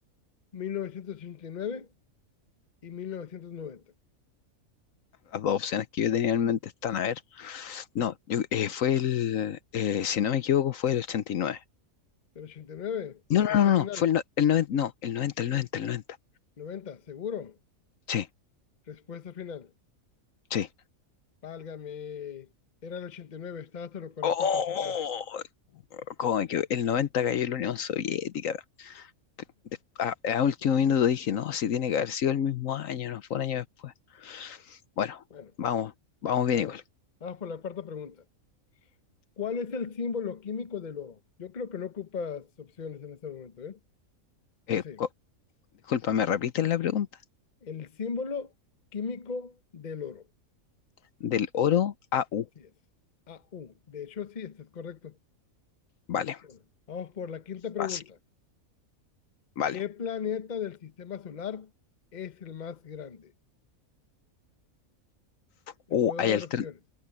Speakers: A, on the left; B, on the left.
A: ocho, nueve 1990.
B: Las dos opciones que yo tenía en mente están, a ver. No, yo, eh, fue el, eh, si no me equivoco, fue el ochenta y nueve
A: El 89?
B: No, no,
A: pregunta
B: no, no,
A: final.
B: no, fue el, no- el noventa no, el noventa el noventa el noventa
A: noventa seguro.
B: Sí,
A: Respuesta final.
B: sí.
A: Válgame. Era el 89, estaba hasta lo correcto
B: ¡Oh!
A: al principio.
B: ¿Cómo me El 90 cayó la Unión Soviética. Des- A, a último minuto dije, no, si tiene que haber sido el mismo año, no fue un año después. Bueno,
A: Bueno,
B: vamos, vamos bien
A: a ver,
B: igual.
A: vamos por la cuarta pregunta. ¿Cuál es el símbolo químico del oro? Yo creo que no ocupas opciones en este momento, ¿eh?
B: Eh,
A: O sea,
B: co- disculpa, ¿me repites la pregunta?
A: el símbolo químico del oro.
B: Del oro a U.
A: Así es. A u De hecho, sí, esto es correcto.
B: Vale,
A: Bueno, vamos por la quinta pregunta.
B: fácil. Vale.
A: ¿Qué planeta del sistema solar es el más grande?
B: Uh,
A: Te puedo
B: hay alter...
A: dar opciones.